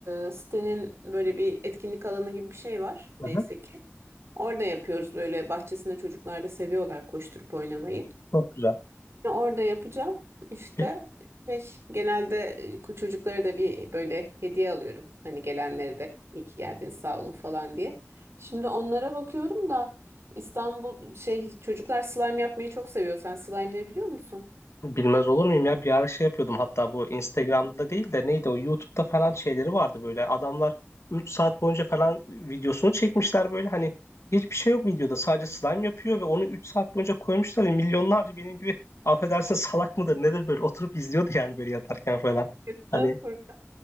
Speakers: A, on the right; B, on the left.
A: e, sitenin böyle bir etkinlik alanı gibi bir şey var.
B: Hı
A: Neyse
B: hı.
A: ki. Orada yapıyoruz böyle bahçesinde çocuklar da seviyorlar koşturup oynamayı.
B: Çok güzel.
A: E, Orada yapacağım. işte
B: Pe-
A: şey, genelde e, çocuklara da bir böyle hediye alıyorum. Hani gelenlere de iyi ki geldiniz sağ olun falan diye. Şimdi onlara bakıyorum da İstanbul şey çocuklar slime yapmayı çok seviyor. Sen slime ne biliyor musun?
B: Bilmez olur muyum ya bir ara şey yapıyordum hatta bu Instagram'da değil de neydi o YouTube'da falan şeyleri vardı böyle adamlar 3 saat boyunca falan videosunu çekmişler böyle hani hiçbir şey yok videoda sadece slime yapıyor ve onu 3 saat boyunca koymuşlar ve milyonlarca benim gibi <laughs> affedersin salak mıdır nedir böyle oturup izliyordu yani böyle yatarken falan
A: Estağfurullah.
B: hani